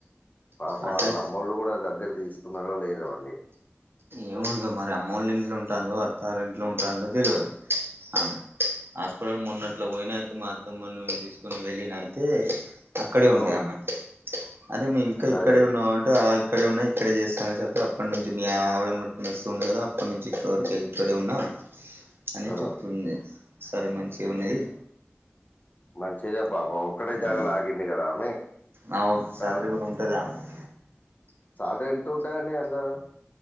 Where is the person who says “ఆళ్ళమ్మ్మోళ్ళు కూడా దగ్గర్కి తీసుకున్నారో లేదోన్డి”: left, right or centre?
Left